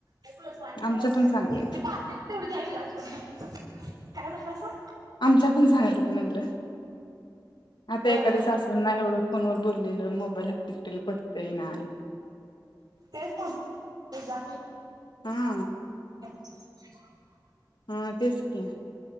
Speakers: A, on the right; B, on the left.
A: ते
B: आमच्या पण चांगल्या आहेत
A: पातेल तेवढी घ्या वीराजकडनं. काय म्हंटलासा?
B: आमच्यापण चांगल्यात हाईत म्हणलं. आता
A: होय
B: एखादस
A: होय
B: असून ना एवढं फोनवर व बोललेलं मोबाईल <unintelligible> पटतंय नाय.
A: तेच म्हटलं जात
B: हां.
A: <inaudible>
B: हा तेच की.